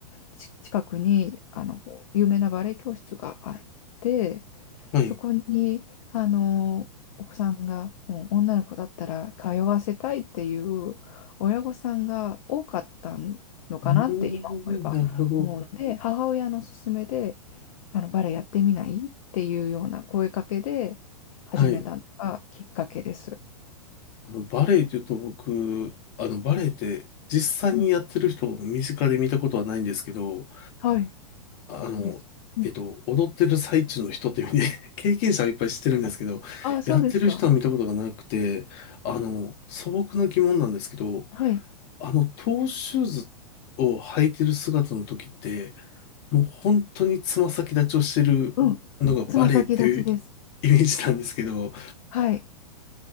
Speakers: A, on the left; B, on the left.
A: ち近くに、あの、有名なバレエ教室があって、
B: はい。
A: そこに、あの、お子さんが、もう女の子だったら通わせたいっていう親御さんが多かったのかなって今思えば思うので、
B: うーん、なるほど。
A: 母親の勧めで、あの、バレエやってみないっていうような声かけで始めたのがきっかけです。
B: はい。あの、バレエって言うと僕、あの、バレエって実際にやってる人を身近で見たことはないんですけど、
A: うんはい、
B: あの、
A: そうです。うん。
B: えっと、踊ってる最中の人っていう意味で <laughs> 経験者はいっぱい知ってるんですけど、
A: ああ、そうですか。
B: やってる人は見たことがなくて、あの、素朴な疑問なんですけど、
A: はい。
B: あの、トーシューズを履いてる姿の時って、もう本当につま先立ちをしてるのがバレエっていう
A: うん。つま先立ちです。
B: イメージなんですけど、
A: はい。